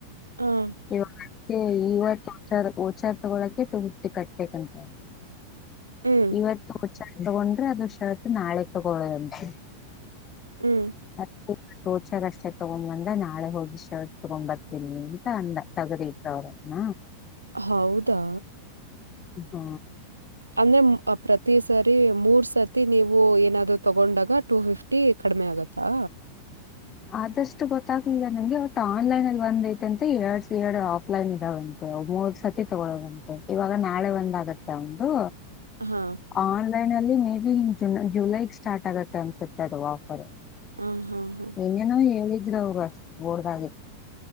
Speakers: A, on the right (about 80°); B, on the left (about 25°).
A: ಹ್ಮ್
B: ವ ಇವತ್ತು ಕೊಚಾರ <inaudible> ತಗೊಳಕೆುಟ್ಟಿ ಕಟ್ಬೇಕಂತೆ
A: ಹ್ಮ್
B: ಇವತ್ತು ಚಂದ ತಗೊಂಡ್ರೆ ಅದು ಶತ್ ನಾಳೆ ತಗೊಳದಂತೆ
A: ಹ್ಮ್
B: ಹೆ ತೋಚಾಗಷ್ಟೇ ತಗೊ ಬಂದ ನಾಳೆ ಹೋಗಿಷ್ಟ ತಗೊಂಡ್ ಬರ್ತೀನಿ ಅಂತ ಅಂದ ತಗದಿಟ್ರು ಅವ್ರನ
A: ಹೌದಾ
B: ಹ್ಮ
A: ಅಂದ್ರೆ ಪ್ರತಿ ಸರಿ ಮೂರ್ ಸರ್ತಿ ನೀವು ಏನಾದ್ ತಗೊಂಡಾಗ ಟು ಫಿಫ್ಟಿ ಟ್ಟಿ ಕಡಿಮೆ ಆಗತ್ತಾ
B: ಆದಷ್ಟು ಗೊತ್ತಾಗ್ಲಿಲ್ಲ ನಂಗೆ ಒಟ್ ಆನ್ಲೈನ್ ಅಲ್ಲಿ ಬಂದೈತೆಂತ ಎಡ್ ಎರಡ್ ಆಫ್ಲೈನ್ ಇದ್ದಾವ ಮೂವರ್ ಸತಿ ತಗೊಳ್ಳದಂತೆ ಇವಾಗ ನಾಳೆ ಒಂದಾಗತ್ತೆ ಒಂದು
A: ಹಾ
B: ಆನ್ಲೈನ್ ಅಲ್ಲಿ ಮೇ ಬಿ ಹನ್ ಜುಲೈ ಸ್ಟಾರ್ಟ್ ಆಗತ್ತೆ ಅನ್ಸುತ್ತೆ ಅದು ಆಫರ್
A: ಹಾ ಹಾ ಹಾ
B: ಇನ್ನೇನೋ ಹೇಳಿದ್ರರು ಅವ್ರು ಅಷ್ಟ ಓಡ್ದಾಗೆ